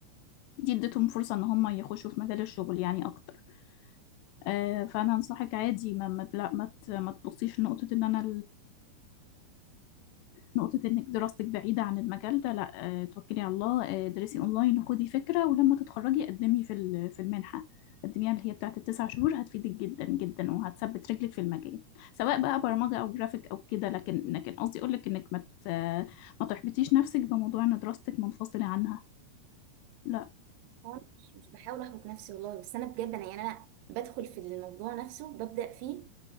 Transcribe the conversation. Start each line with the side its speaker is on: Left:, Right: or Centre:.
Left: دي ادتهم فرصة إن هم يخشوا في مجال الشغل يعني أكتر آه، فأنا أنصحك عادي ما ما لا ما ت- ما تبصيش لنقطة إن أنا نقطة إنك دراستك بعيدة عن المجال ده لا آه، توكلي على الله آه، درسي أونلاين وخدي فكرة ولما تتخرجي قدمي في ال- في المنحة قدميها اللي هي بتاعة التسع شهور هتفيدك جدا جدا وهتثبت رجلك في المجال سواء بقى برمجة أو جرافيك أو كده لكن لكن قصدي أقولك إنك ما ت- آه، ما تحبطيش نفسك بموضوع إن دراستك منفصلة عنها لا
Right: هو أنا مش مش بحاول احبط نفسي والله بس انا بجد انا يعني انا بدخل في الموضوع نفسه ببدأ فيه